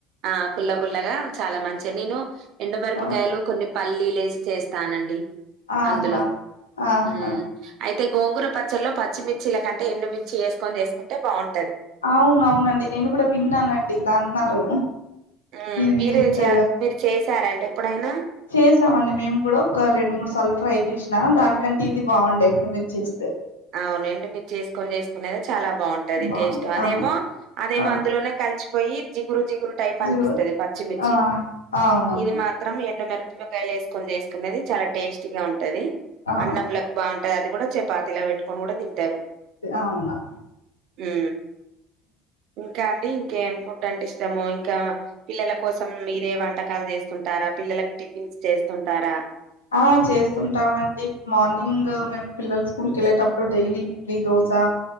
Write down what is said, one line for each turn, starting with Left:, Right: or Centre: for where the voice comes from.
Right: ఆ పుల్ల పుల్లగా చాలా మంచిగా నేను ఎండుమిరపకాయలు
Left: ఆ
Right: కొన్ని పల్లీ లేసి చేస్తానండి
Left: ఆహా
Right: అందులో
Left: ఆహా
Right: ఉ అయి తే గోంగుర పచ్చల్లో పచ్చిమిర్చిలకంటే ఎండు మర్చి వేసుకొని చేసుకుంటే బాన్
Left: అవునవునండి నేను కూడా విన్నానండి ఇలా అన్నారు.
Right: ఉ
Left: ఇది
Right: మీరు
Left: చేస్తే
Right: చ్య మీరు చేసారంటడి ఎప్పుడైనా
Left: చేసామండి మేము కూడా ఒక రెండు మూడు సార్లు ట్రై చేసి నా దానికంటే ఇది బాగుండ్యా ఎండుమిర్చి యేస్తే
Right: అవునండి ఎండుమిర్చి యేసుకొని చేసుకునేదే చాలా బాగుంటది
Left: బాగుంది
Right: టేస్ట్ అదేమో
Left: అవును
Right: అదేమో
Left: ఆ
Right: అందులోనే కలిసిపోయి జిగురు జిగులు టైప్ అనిపిస్తది
Left: జీవ
Right: పచ్చిమిర్చి
Left: ఆ అవునవును
Right: ఇది మాత్రం ఎండ మిరప్ కాయలు వేసుకొని చేసుకునేది చాలా టేస్టీగా ఉంటది
Left: ఆ
Right: అన్నంలోకి బాగున్ టాది అది కూడా చపాతిలా పెట్టుకొని కూడా తింటారు.
Left: అవునా
Right: ఉ ఇంకా అండి ఇంకేం ఫుడ్ అంటే ఇ ము ఇంకా పిల్లల కోసం మీరే వంట కాలు చేస్తుంటారా పిల్లలకు టిఫిన్స్ చేస్తుంటారా
Left: ఆ చేస్తుంటామండి మార్నింగు మేము పిల్లలు స్కూల్కి వెళ్ళేటప్పుడు డైలీ ఇడ్లీ దో స